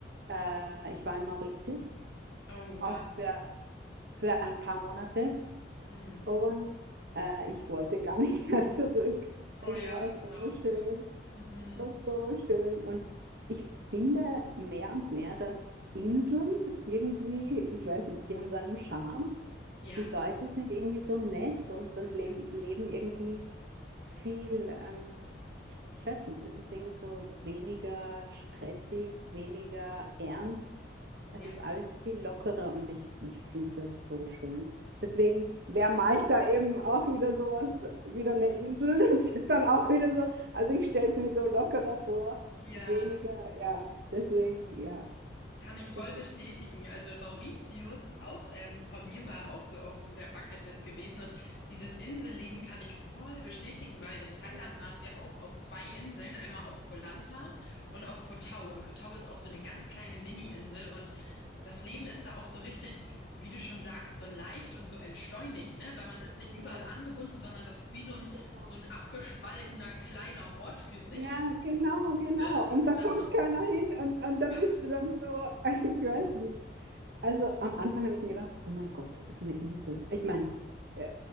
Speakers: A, on the right; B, on the left.
A: Äh, ich war in Mauritius,
B: Oh, wow.
A: auch für, für ein paar Monate
B: Mhm.
A: und äh, ich wollte gar <laughs> nicht mehr zurück.
B: Oh
A: Es
B: ja,
A: war
B: das
A: so
B: glaube
A: schön,
B: ich. Mhm.
A: es war so schön und ich finde mehr und mehr, dass Inseln irgendwie, ich weiß nicht, die haben so einen Charme.
B: Ja,
A: Die Leute sind irgendwie so nett und dann leben, leben irgendwie viel. Ähm, ich weiß nicht, es ist irgendwie so weniger stressig, weniger ernst. Es
B: ja.
A: ist alles viel lockerer und ich, ich finde das so schön. Deswegen wäre Malta eben auch wieder sowas, wieder eine Insel. <laughs> Das ist dann auch wieder so. Also ich stelle es mir so lockerer vor,
B: Ja.
A: weniger, ja. Deswegen, ja,
B: Kann ich voll
A: das
B: bestätigen.
A: finde ich.
B: Also Mauritius ist auch ähm, von mir mal auch so auf der Bucketlist gewesen. Und dieses Inselleben kann ich voll bestätigen, weil in Thailand
A: Ja,
B: waren wir auch auf zwei Inseln, einmal auf Koh Lanta
A: ja,
B: und auf Koh Tao. Und Koh Tao ist auch so eine ganz kleine Mini-Insel. Und das Leben ist da auch so richtig, wie du schon sagst, so leicht und so entschleunigt,
A: ja,
B: ne? Weil man ist nicht überall
A: ja, ja,
B: angebunden, sondern das ist wie so ein,
A: genau.
B: so ein abgespaltener kleiner Ort für sich.
A: Ja, genau, genau.
B: Ne?
A: Und
B: Und
A: da kommt
B: da,
A: keiner hin und, und dann
B: ja.
A: bist du dann so, <laughs> ich weiß nicht. Also am Anfang habe ich mir gedacht, oh mein Gott, ist eine Insel. Ich meine, äh,